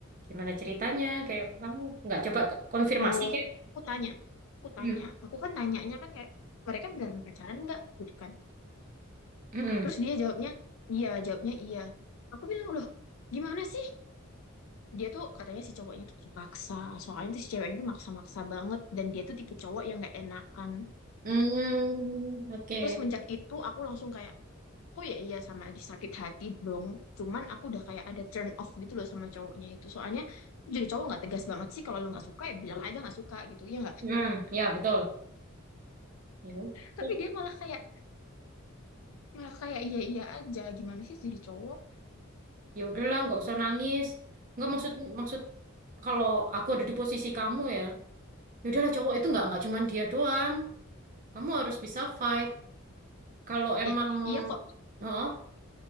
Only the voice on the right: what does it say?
Gimana ceritanya? Kayak kamu nggak coba ke- konfirmasi
kayak
hmm,
hmm,
hmm, oke
Hmm, ya betul ya udah
ya udahlah nggak usah nangis nggak maksud maksud kalau aku ada di posisi kamu ya ya udahlah cowok itu nggak nggak cuman dia doang kamu harus bisa fight kalau emang
oh